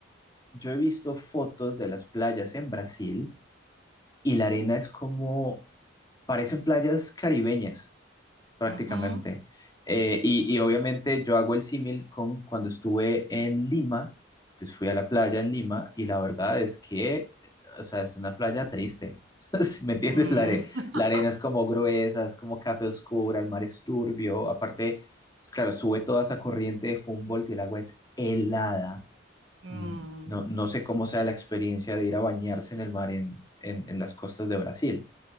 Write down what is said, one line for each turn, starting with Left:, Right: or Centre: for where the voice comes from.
Left: yo he visto fotos de las playas en Brasil y la arena es como, parecen playas caribeñas. prácticamente.
Right: Ujú.
Left: Eh, y, y obviamente yo hago el símil con cuando estuve en Lima, pues fui a la playa en Lima y la verdad es que, o sea, es una playa triste. <laughs> Si me entiendes,
Right: Mm.
Left: la, are-
Right: <laughs>
Left: la arena es como gruesa, es como café oscura, el mar es turbio. Aparte, es- claro, sube toda esa corriente de Humboldt y el agua es helada.
Right: Mm.
Left: Mm, No, no sé cómo sea la experiencia de ir a bañarse en el mar en, en en las costas de Brasil.